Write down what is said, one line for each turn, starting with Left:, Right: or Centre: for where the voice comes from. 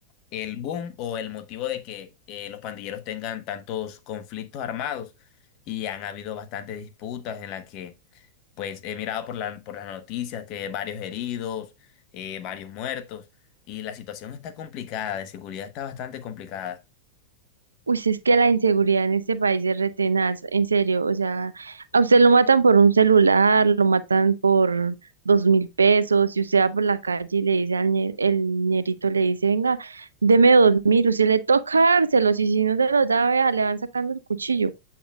Left: el boom o el motivo de que eh, los pandilleros tengan tantos conflictos armados y han habido bastantes disputas en las que pues he mirado por la, por las noticias que varios heridos, eh, varios muertos, y la situación está complicada, de seguridad está bastante complicada.
Right: Uy, sí, es que la inseguridad en este país es re tenaz, en serio, o sea, a usted lo matan por un celular, lo matan por dos mil pesos, si usted va por la calle y le dice al ñe- el ñerito, le dice, venga, deme dos mil, usted le toca dárselos y si no se los da, vea, le van sacando el cuchillo.